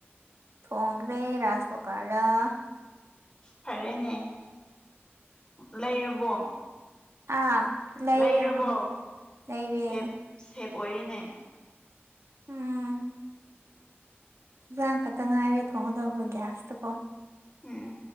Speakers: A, on the right; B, on the left.
A: ꯊꯣꯡꯒ꯭ꯔꯦ ꯔꯥꯁ ꯄ ꯀꯥꯥ
B: ꯐꯔꯦꯅꯦ ꯂꯩꯔꯕꯣ
A: ꯑꯥ ꯂꯩꯔꯦ
B: ꯂꯩꯔꯕꯣ
A: ꯎꯝ ꯂꯩꯔꯦ
B: ꯁꯦꯞ ꯁꯦꯞ ꯑꯣꯏꯔꯤꯅꯦ
A: ꯎꯝ ꯌꯦꯟꯖꯥꯡ ꯈꯛꯇ ꯉꯥꯏꯔꯦ ꯊꯣꯡꯒꯗꯧꯕ ꯒ꯭ꯌꯥꯁꯇꯨꯀꯣ
B: ꯎꯝ